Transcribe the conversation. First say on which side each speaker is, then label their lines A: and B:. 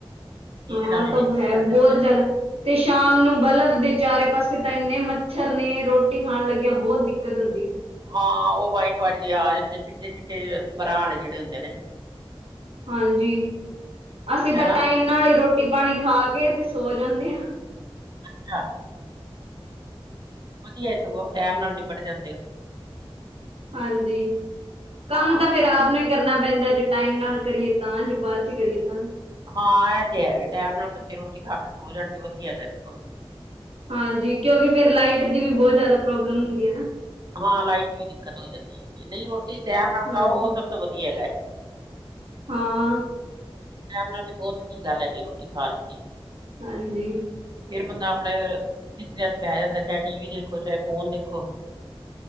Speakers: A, on the right; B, on the right.
A: ਹਾਂ
B: ਇਹਦੇ ਨਾਲ ਹੀ
A: ਤਾਂ
B: ਡੇਂਗੂ
A: ਹੈ
B: ਫੈਲ
A: ਬਹੁਤ
B: ਜਾਂਦਾ
A: ਜ਼ਿਆਦਾ। ਤੇ ਸ਼ਾਮ ਨੂੰ ਬਲਬ ਦੇ ਚਾਰੇ ਪਾਸੇ ਤਾਂ ਇੰਨੇ ਮੱਛਰ ਨੇ ਰੋਟੀ ਖਾਣ ਲੱਗਿਆ ਬਹੁਤ ਦਿੱਕਤ ਹੁੰਦੀ ਹੈ।
B: ਹਾਂ ਉਹ ਵਾਈਟ ਵਟ ਜਆ ਆ ਜਾਂਦੇ ਚਿੱਟੇ ਚਿੱਟੇ ਭਰਾ ਵਾਲੇ ਜਿਹੜੇ ਹੁੰਦੇ ਨੇ।
A: ਹਾਂਜੀ, ਅਸੀਂ ਤਾਂ
B: ਹਨਾ
A: ਟਾਈਮ ਨਾਲ ਹੀ ਰੋਟੀ ਪਾਣੀ ਖਾ ਕੇ ਤੇ ਸੋ ਜਾਂਦੇ ਹਾਂ।
B: ਅੱਛਾ। ਵਧੀਆ ਸਗੋਂ ਟਾਈਮ ਨਾਲ ਨਿਬੜ ਜਾਂਦੇ ਹੋ।
A: ਹਾਂਜੀ, ਕੰਮ
B: ਹਾਂ
A: ਤਾਂ ਫਿਰ ਆਪ ਨੇ ਕਰਨਾ ਪੈਂਦਾ ਜੇ ਟਾਈਮ ਨਾਲ ਕਰੀਏ ਤਾਂ ਜੇ ਬਾਅਦ ਚ ਕਰੀਏ ਤਾਂ।
B: ਹਾਂ ਇਹ ਤੇ ਹੈ ਵੀ ਟਾਈਮ ਨਾਲ ਬੱਚੇ ਰੋਟੀ ਖਾ ਕੇ ਸੋਹ ਜਾਣ ਤੇ ਵਧੀਆ ਹੈ ਸਗੋਂ।
A: ਹਾਂਜੀ ਕਿਉਂਕਿ ਫਿਰ ਲਾਈਟ ਦੀ ਵੀ ਬਹੁਤ ਜ਼ਿਆਦਾ ਪ੍ਰੋਬਲਮ ਹੁੰਦੀ ਹੈ ਨਾ।
B: ਹਾਂ ਲਾਈਟ ਦੀ ਵੀ ਦਿੱਕਤ ਹੋ ਜਾਂਦੀ ਹੈਗੀ ਹੈ, ਨਹੀਂ ਰੋਟੀ ਟੈਮ ਨਾਲ ਖਾਓ
A: ਹਾਂਜੀ
B: ਉਹ ਸਭ ਤੋਂ ਵਧੀਆ ਹੈਗਾ ਹੈ।
A: ਹਾਂ।
B: ਟੈਮ ਨਾਲ ਤੇ ਬਹੁਤ ਅੱਛੀ ਗੱਲ ਹੈਗੀ ਰੋਟੀ ਖਾਣ ਦੀ।
A: ਹਾਂਜੀ।
B: ਫਿਰ ਬੰਦਾ ਆਪਣੇ ਬਿਸਤਰੀਆਂ ਚ ਪੈ ਜਾਂਦਾ ਚਾਹੇ ਟੀ ਵੀ ਦੇਖੋ ਚਾਹੇ ਫੋਨ ਦੇਖੋ।